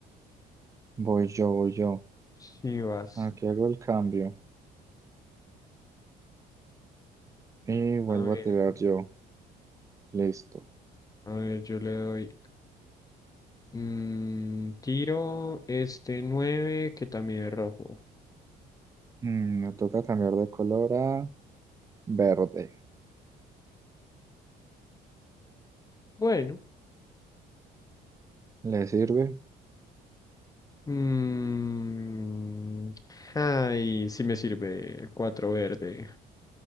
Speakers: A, on the right; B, on the left.
A: voy yo, voy yo.
B: Si vas.
A: Aquí hago el cambio y vuelvo
B: A ver,
A: a tirar yo. Listo.
B: a ver, yo le doy. mm, tiro este 9 que también es rojo.
A: Mm, me toca cambiar de color a verde.
B: Bueno.
A: ¿Le sirve?
B: mm, ay, sí me sirve. cuatro verde.